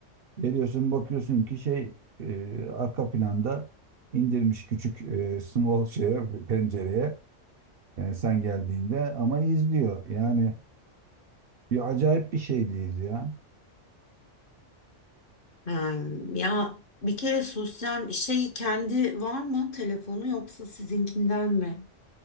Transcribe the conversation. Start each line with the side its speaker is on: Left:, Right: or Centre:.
Right: Geliyorsun bakıyorsun ki şey e, arka planda indirmiş küçük e, small şeye, pencereye e, sen geldiğinde ama izliyor. Yani bir acayip bir şeydeyiz ya.
Left: Ha, Ya bir kere sosyal şey kendi var mı telefonu yoksa sizinkinden mi?